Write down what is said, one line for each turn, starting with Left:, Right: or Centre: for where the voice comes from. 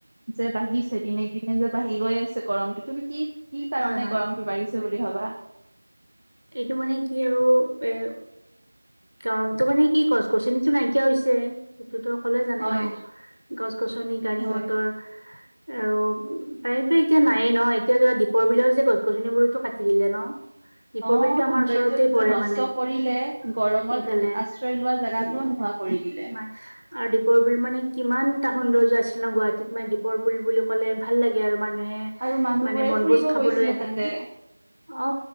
Right: যে বাঢ়িছে দিনে দিনে যে বাঢ়ি গৈ আছে গৰমটো তুমি কি কি কাৰণে
Left: হয় হয়
Right: গৰমটো বাঢ়িছে বুলি ভাবা?
Left: এইটো মানে কি আৰু এ কাৰনটো মানে কি গছ গছনিটো নাইকিয়া হৈছে। সেইটোতো সকলোৱে জানে
Right: হয়
Left: ন, গছ গছনি গাড়ী
Right: হয়
Left: মটৰ আৰু প্ৰায়েটো এতিয়া নায়েই ন, এতিয়া কিবা দীপৰ বিলৰ যে গছ গছনিবোৰতো কাটি দিলে ন। দীপৰ
Right: অ',
Left: বিলটো
Right: সৌন্দৰ্য্যটোতো
Left: আমাৰ ওচৰতে পৰে
Right: নষ্ট
Left: মানে
Right: কৰিলেই, গৰমত
Left: ইফালে
Right: আশ্ৰয় লোৱা জেগাটোও নোহোৱা কৰি দিলে।
Left: তোমাৰ আৰু দীপৰ বিল মানে কিমান এটা সৌন্দৰ্য্য আছিল ন, গুৱাহাটীত মানে দীপৰ বিল বুলি ক'লে ভাল লাগে আৰু মানুহে
Right: আৰু মানুহবোৰে
Left: মানে বনভোজ
Right: ফুৰিব
Left: খাবলৈ
Right: গৈছিলে
Left: আহে।
Right: তাতে
Left: অ